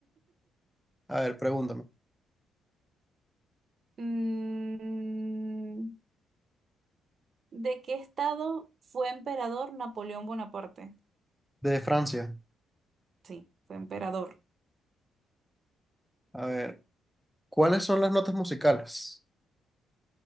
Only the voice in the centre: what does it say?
A ver, pregúntame.
De Francia.
A ver, ¿cuáles son las notas musicales?